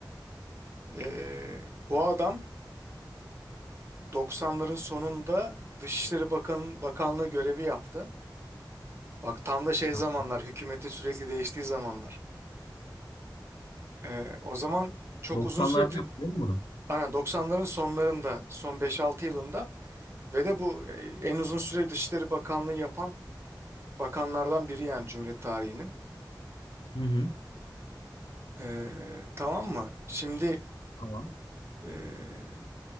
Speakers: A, on the right; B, on the left.
A: Ee, bu adam 90'ların sonunda Dışişleri Bakan, Bakanlığı görevi yaptı. Bak tam da şey
B: Tamam.
A: zamanlar, hükümetin sürekli değiştiği zamanlar. Ee, o zaman çok
B: 90'larda
A: uzun süre, dı-
B: yaptı değil mi bunu?
A: aynen 90'ların sonlarında, son 5-6 yılında ve de bu e, en uzun süre Dışişleri Bakanlığı yapan bakanlardan biri yani Cumhuriyet tarihinin.
B: Hı hı.
A: Ee, tamam mı? Şimdi
B: Tamam.
A: e,